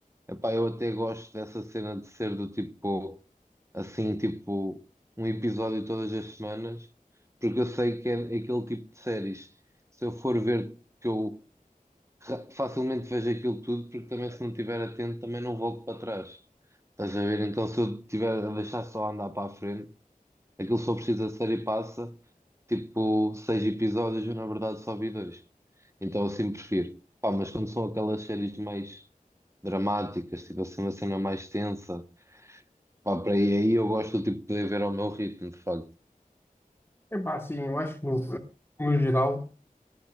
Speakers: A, on the right; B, on the left.
A: Epá, eu até gosto dessa cena de ser do tipo, assim, tipo, um episódio todas as semanas, porque eu sei que é aquele tipo de séries. Se eu for ver que eu ra- facilmente vejo aquilo tudo, porque também se não estiver atento também não volto para trás. Estás a ver? Então se eu tiver a deixar só andar para a frente, Aquilo só precisa ser e passa, tipo, seis episódios, eu na verdade só vi dois. Então assim prefiro. Pá, mas quando são aquelas séries mais dramáticas, tipo assim, uma cena mais tensa, pá, para aí, aí eu gosto tipo, de poder ver ao meu ritmo, de facto.
B: Epá, sim, eu acho que no, no geral,